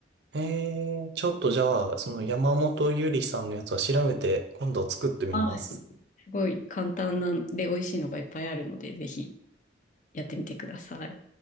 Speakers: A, on the right; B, on the left.
A: ええ、ちょっとじゃあ、その山本ゆりさんのやつは調べて、今度作ってみます。
B: はい。すごい簡単なんで美味しいのがいっぱいあるので、ぜひやってみてください。